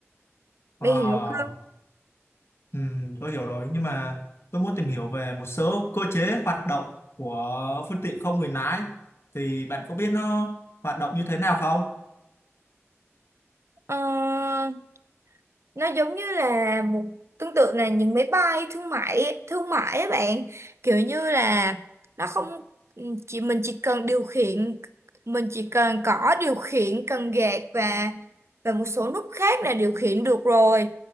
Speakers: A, on the left (about 60°); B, on the right (about 65°).
A: Ờ,
B: Mày hiểu không?
A: Ừ, tôi hiểu rồi nhưng mà tôi muốn tìm hiểu về một số cơ chế hoạt động của phương tiện không người lái thì bạn có biết nó hoạt động như thế nào không?
B: Ờ, nó giống như là một tương tự là những máy bay thương mại thương mại ấy bạn kiểu như là nó không ừ, chỉ mình chỉ cần điều khiển mình chỉ cần có điều khiển cần gạt và và một số nút khác là điều khiển được rồi